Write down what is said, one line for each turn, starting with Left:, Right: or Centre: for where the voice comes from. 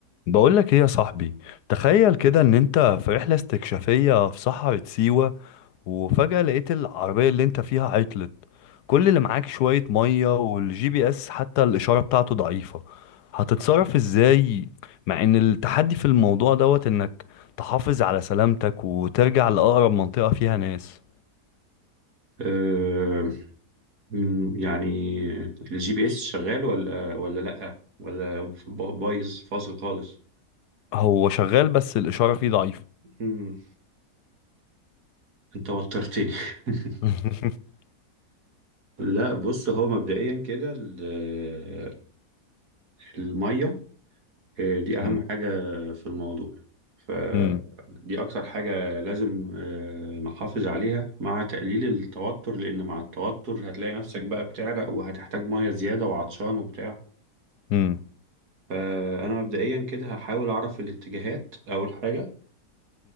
Left: بقول لك ايه يا صاحبي تخيل كده ان انت في رحلة استكشافية في صحراء سيوة وفجأة لقيت العربية اللي انت فيها عطلت كل اللي معاك شوية مية والجي بي اس حتى الإشارة بتاعته ضعيفة هتتصرف ازاي مع ان التحدي في الموضوع دوت انك تحافظ على سلامتك وترجع لأقرب منطقة فيها ناس
Right: أه مم، يعني الجي بي اس شغال ولا ولا لأ ولا با- بايظ فاصل خالص
Left: هو شغال بس الإشارة فيه ضعيفة
Right: مم، انت وترتني <laughs>
Left: <laughs>
Right: لا بص هو مبدئيا كده ال- المية آه، دي أهم
Left: مم.
Right: حاجة في الموضوع فدي
Left: مم.
Right: أكتر حاجة لازم آه، نحافظ عليها مع تقليل التوتر لأن مع التوتر هتلاقي نفسك بقى بتعرق وهتحتاج مية زيادة وعطشان وبتاع
Left: مم.
Right: فأنا مبدئيا كده هحاول أعرف الاتجاهات أول حاجة